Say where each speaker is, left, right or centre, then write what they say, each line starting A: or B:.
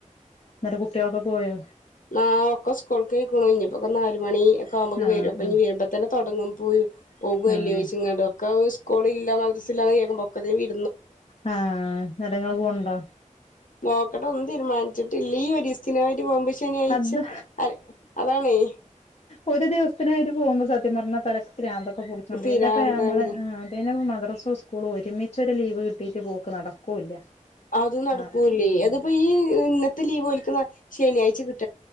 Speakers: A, on the left; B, on the left.
A: ന്നട്ട് കുട്ട്യേളൊക്കെ പോയോ?
B: ആഹ് ഒക്കെ സ്കൂൾക്കൊയ്ക്ക്ണു ഇഞ്ഞ്പ്പാെക്കെ നാലു മണീ ക്കാവുമ്പങ്ങ്
A: ആഹ്
B: വെരും അപ്പ
A: ആഹ്
B: ഇഞ്ഞി വെര്മ്പ തന്നെ തൊടങ്ങും പോയാെ പോവെല്ല്യൊയ്ച്ച്ങ്ങാണ്ട്
A: ആഹ്
B: ഒക്കവ് സ് സ്കൂള്ല്ല മദ്രസ്സ്ല്ലാന്ന് കേക്കുമ്പാെ ഒക്കെത്ത്നും വി
A: ആഹ് ന്നട്ട്ങ്ങള് പോൺണ്ടോ?
B: നോക്കട്ടെ ഒന്നും തീര്മാൻച്ച്ട്ട്ല്ല ഈ ഒരീസ്ത്തിനായ്ട്ട് പോകുമ്പെഷ് ശനിയാഴ്ച
A: അത്
B: അ അതാണേ.
A: ഒരു ദിവസത്തിനായിട്ട് പോകുമ്പ സത്യം പറഞ്ഞ തെരക്കാ പ്രാന്തൊക്കെ പുടിച്ചുപോം
B: പിരാന്താണ്
A: പിന്നെപ്പോ നമ്മള് പിന്നെപ്പ മദ്രസ്സാ സ്കൂളും ഒരുമിച്ച് ച്ചൊരു ലീവ് കിട്ടിയിട്ട് പോക്ക് നടക്കൂല്ല.
B: അതും നടക്കൂല്ലേ
A: ആഹ് ഉം
B: അതിപ്പോ ഈ ഇന്നത്തെ ലീവ് ഓലിക്ക് ന ശനിയാഴ്ച കിട്ട